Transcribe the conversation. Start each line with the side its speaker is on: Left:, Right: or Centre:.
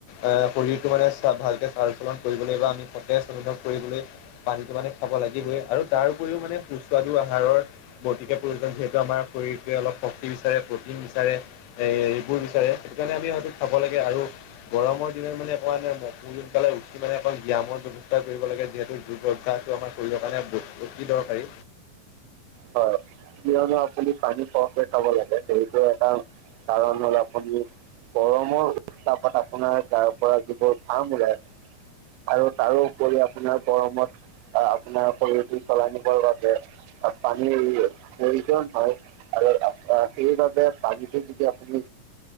Left: এ শৰীৰতটো মানে চ ভালকে চাৰ কৰিবলৈ বা আমি সতেজ অনুভৱ কৰিবলৈ, পানীটো পানী খাব লাগিবই আৰু তাৰ উপৰিও মানে সুস্বাদ আহাৰৰ, অতিকে প্ৰয়োজন যিহেতু আমাৰ শৰীৰটোৱে অলপ শক্তি বিচাৰে প্ৰটিন বিচাৰে। এইবোৰ বিচাৰে সেইটো কাৰণে আমি হয়তো খাব লাগে, আৰু গৰমৰ দিনত মানে কোৱা ন ম সোনকালে উ মানে অকল ব্যায়ামৰ ব্য্ৱস্থা কৰিব লাগে যিহেতু যোগ অভ্যাসটো আমাৰ কৰিবৰ কাৰণে অতি দৰকাৰী।
Right: হয়, কিয়নো আপুনি পানী পৰকে খাব লাগে সেইটো এটা কাৰণ মানে আপুনি। গৰমৰ্তাপত আপোনাৰ গাৰ পৰা যিবোৰ ফাৰ্ম ওলাই। আৰু তাৰো উপৰি আপোনাৰ গৰমত আপোনাৰ শৰীৰটো চলাই নিবৰ বাবে পানীৰ প্ৰয়োজন হয়, আৰু সেইবাবে পানীটো যদি আপুনি